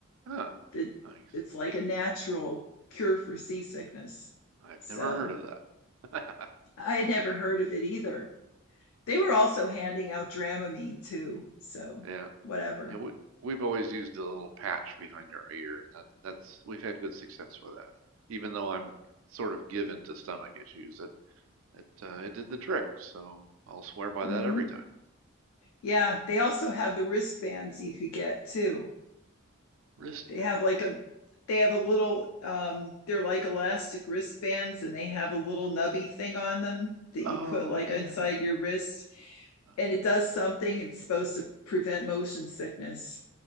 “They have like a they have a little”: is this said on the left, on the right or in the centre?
Left